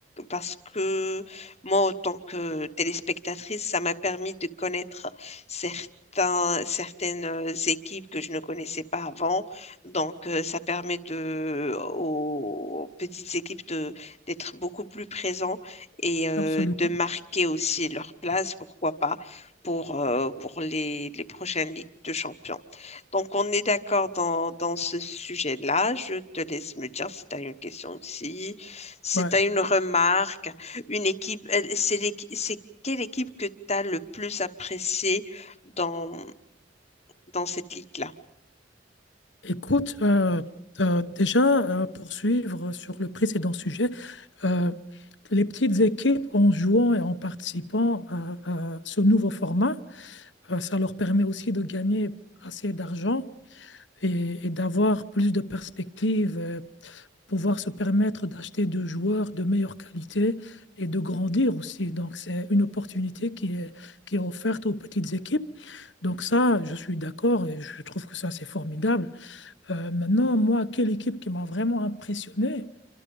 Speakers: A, on the left (about 35°); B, on the left (about 75°).
A: parce que moi, en tant que téléspectatrice, ça m'a permis de connaître certains certains, certaines équipes que je ne connaissais pas avant. Donc, euh, ça permet de, aux petites équipes de, d'être beaucoup plus présents et euh,
B: absolument.
A: de marquer aussi leur place, pourquoi pas, pour, euh, pour les, les prochaines Ligues de Champions. Donc, on est d'accord dans, dans ce sujet-là. Je te laisse me dire si tu as une question aussi, si
B: Bah,
A: tu as une remarque, une équipe, euh, c'est l'équi- c'est quelle équipe que tu as le plus appréciée dans, dans cette ligue-là.
B: écoute, euh, euh, déjà, euh, pour suivre sur le précédent sujet, euh, les petites équipes, en jouant et en participant à, à ce nouveau format, euh, ça leur permet aussi de gagner assez d'argent et, et d'avoir plus de perspectives. euh, pouvoir se permettre d'acheter deux joueurs de meilleure qualité et de grandir aussi. Donc, c'est une opportunité qui est, qui est offerte aux petites équipes. Donc, ça, je suis d'accord et je trouve que ça, c'est formidable. Euh, maintenant, moi, quelle équipe qui m'a vraiment impressionné?